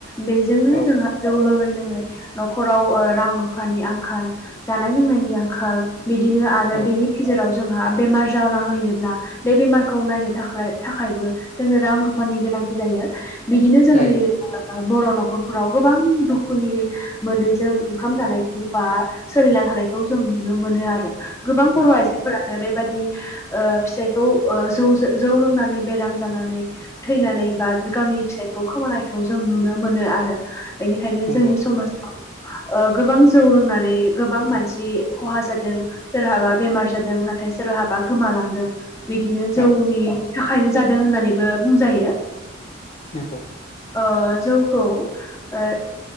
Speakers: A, on the left (about 15°); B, on the left (about 40°).
A: बेजोंनो
B: औ
A: जोंहा जौ लोङै लोङै न'खराव रां रुफानि आंखाल जानाय लोंनायनि आंखाल बिदिनो आरो
B: औ
A: बिनि गेजेराव जोंहा बेमार जाना होयोब्ला बे बेमारखौ नायनो थाखाय थाखायबो जोंनो रां रुफानि गोनांथि जायो बिदिनो जोंनि
B: जायो नोंथां
A: बर' न'खर। न'खरफोराव गोबां दुखुनि मोदैजों ओंखाम जानायखौ बा सोलिना थानायखौ जों। नुनो मोनो आरो। गोबां बर'
B: औ
A: आइजोफोरानो बेबादि ओ फिसाइखौ जौ जौ लोंनानै। बेराम जानानै थैनानै बा गावनि फिसाइखौ खोमानायखौ जों नुनो मोनो आरो। बेनिखायनो
B: नंगौ
A: जोंनि
B: नोंथां
A: समाजाव। ओ गोबां जौ लोंनानै गोबां मानसि खहा जादों सोरहाबा बेमार जादों नाथाय। सोरहाबा गोमालांदों। बिदिनो जौनि
B: औ
A: थाखायनो जादों होननानैबो बुंजायो।
B: नंगौ
A: ओ जौखौ ओ